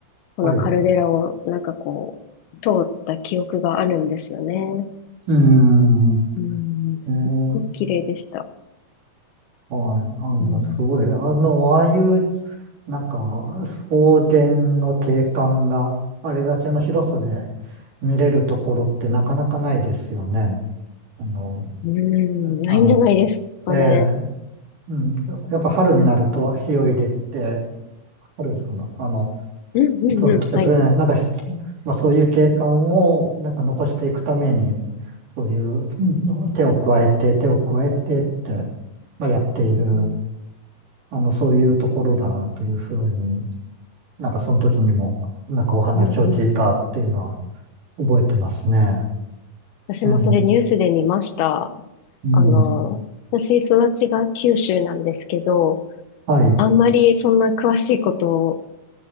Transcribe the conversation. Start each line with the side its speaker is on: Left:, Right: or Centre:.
Left: このカルデラをなんかこう、
Right: はい、
Left: 通った記憶があるんですよね。
Right: うん、ね
Left: うん、すっごく綺麗でした。
Right: え、はい、あの、
Left: うん、
Right: すごい、あの、ああいう、なんか、草原の景観があれだけの広さで見れるところってなかなかないですよね。あの、
Left: うん、ないんじゃないですかね。
Right: あ、ええうん、やっぱ春になると火を入れて、春ですかね。あの、
Left: うんうんうん、
Right: いつの季節がね、
Left: はい。
Right: なんか、まあそういう景観をなんか残していくために、そういううん手を加えて、手を加えてって、まあやっている、
Left: うん、
Right: あの、そういうところだというふうに、なんかその時にも、なんかお話を聞いたっていうのは
Left: うんうん。
Right: 覚えてますね。
Left: 私もそれニュースで見ました。
Right: うん、うん、
Left: あの、私育ちが九州なんですけど、
Right: はい、
Left: あんまりそんな詳しいことを